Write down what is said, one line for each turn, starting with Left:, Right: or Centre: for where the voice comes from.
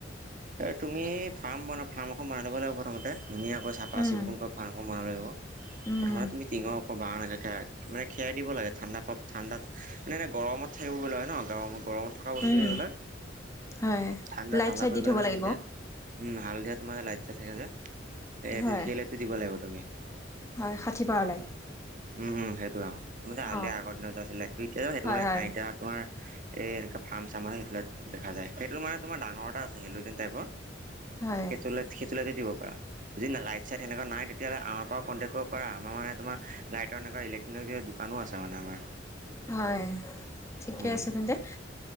Right: এই, তুমি ফাৰ্ম বনাই, ফাৰ্ম এখন বনাই ল'ব লাগিব প্ৰথমতে। ধুনীয়াকৈ চাফা
Left: উম
Right: চিকুণকৈ ফাৰ্মখন বনাব লাগিব।
Left: উম
Right: প্ৰথমে তুমি তিঙ- বাঁহ এনেকৈ খাই মানে খেৰ দিব লাগে ঠাণ্ডা ঠাণ্ডাত মাননে এনেই গৰমত থাকিব লগা হয় ন গৰমত গৰমত। থকা বস্তু
Left: উম
Right: সিবিলাক।
Left: হয়
Right: ঠাণ্ডা-
Left: লাইট
Right: ঠাণ্ডা
Left: চাইট
Right: পৰি
Left: দি
Right: গ'লে
Left: থব
Right: মানে,
Left: লাগিব
Right: হেঁতে উম! হালধীয়া, তোমাৰ যে লাইট যে, থাকে যে, সেই,
Left: হয়
Right: সেই লাইটটো দিব লাগিব তুমি।
Left: হয় ষাঠি পাৰ লাগে।
Right: উম উম সেইটো আৰু
Left: অ
Right: হালিয় আগৰ দিনৰত আছিলে ত এতিয়া সেইটো
Left: হয়
Right: ন
Left: হয়
Right: এতিয়া তোমাৰ। এই এনেকুৱা ফাৰ্ম চাৰ্ম সেইটোত দেখা যায় সেইটো মানে তোমাৰ ডাঙৰ এটা আছিলে হেলোযেন টাইপৰ-
Left: হয়
Right: সেই সেইটো লাইট দিব পাৰা, যদি লাইট চাইট সেনেকা নাই তেতিয়াহলে আমাৰ পৰা কণ্টেক- কৰিব পাৰা আমাৰ মানে তোমাৰ লাইটৰ এনেকা ইলেক্ট্ৰনিক দোকানো আছে মানে আমাৰ।
Left: হয় ঠিকে
Right: উম
Left: আছে তেন্তে